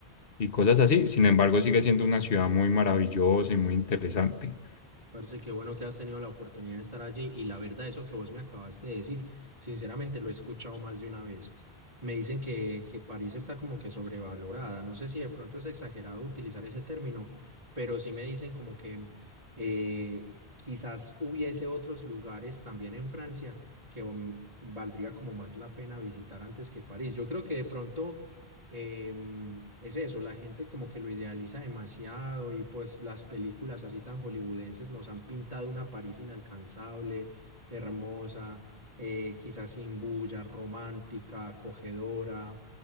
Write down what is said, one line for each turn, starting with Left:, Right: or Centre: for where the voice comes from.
Left: y cosas así. Sin embargo, sigue siendo una ciudad muy maravillosa y muy interesante.
Right: Parce, qué bueno que has tenido la oportunidad de estar allí y la verdad, eso que vos me acabaste de decir, sinceramente lo he escuchado más de una vez. Me dicen que, que París está como que sobrevalorada. No sé si de pronto es exagerado utilizar ese término, pero sí me dicen como que eh, quizás hubiese otros lugares también en Francia que mm, valdría como más la pena visitar antes que París. Yo creo que de pronto em, es eso, la gente como que lo idealiza demasiado y pues las películas así tan hollywoodenses nos han pintado una París inalcanzable, hermosa, eh, quizás sin bulla, romántica, acogedora,